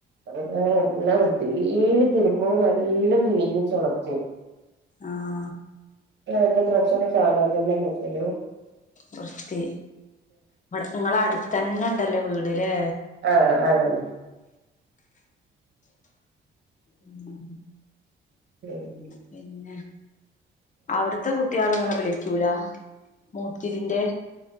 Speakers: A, on the right (about 60°); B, on the left (about 40°).
A: ആഹ് എല്ലാ വൃത്തിയില് തീരുമ്പോൾ നല്ലൊം തീഞ്ഞിച്ച് ഉണക്കും
B: ആഹ്
A: ആഹ് എന്റെ ഡ്രസ്സൊക്കെ കാണാനില്ല <unintelligible>
B: വൃത്തി ഇവിടെ നിങ്ങളെ അടുത്തന്നെ ഉണ്ടല്ലോ വീട് ഇല്ലേ
A: ആഹ് അത് തന്നെ
B: ഉം
A: ഉം
B: പിന്നെ അവിടത്തെ കുട്ടികള് നിങ്ങളെ വിളിക്കൂല മൂത്തിരിന്റെ